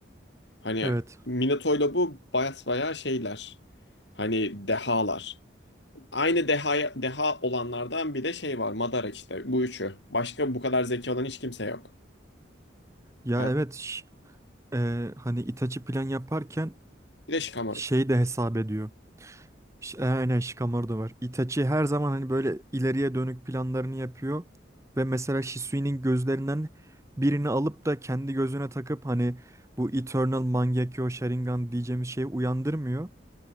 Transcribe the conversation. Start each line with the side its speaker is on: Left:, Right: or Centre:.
Left: Hani
Right: Evet.
Left: Minato'yla bu basbayağı şeyler. Hani dehalar. Aynı deha, deha olanlardan bir de şey var. Madara işte. Bu üçü. Başka bu kadar zeki olan hiç kimse yok.
Right: Ya
Left: Ya,
Right: evet ş- e, hani Itachi plan yaparken
Left: bir de Shikamaru.
Right: şey de hesap ediyor. Ş- e, Aynen Shikamaru da var. Itachi her zaman hani böyle ileriye dönük planlarını yapıyor. Ve mesela Shisui'nin gözlerinden birini alıp da kendi gözüne takıp hani bu Eternal Mangekyo Sharingan diyeceğimiz şeyi uyandırmıyor.